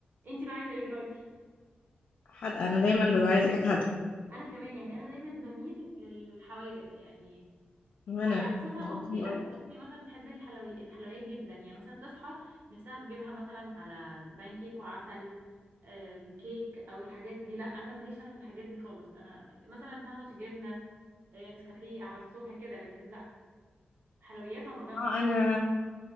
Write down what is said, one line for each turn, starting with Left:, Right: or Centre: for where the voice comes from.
Right: انتي بقى عايزه ايه دلوقتي
Left: حادقة انا دايما ببقى عايزة حاجة حادقة
Right: انا كمان يعني انا دايما بميل للحوادق يعني
Left: وانا
Right: على عكس مثلا
Left: بحبهم
Right: اختي لا اختي مثلا بتحب الحلوي الحلويات جدا يعني مثلا تصحى نفسها تجيبها مثلا على بان كيك وعسل آم، كيك او الحاجات دي لا انا ماليش انا في الحاجات دي خالص انا مثلا ساندوتش جبنه آه، نسكافيه على الصبح كده لكن لا حلويات ما بقدرش
Left: اه انا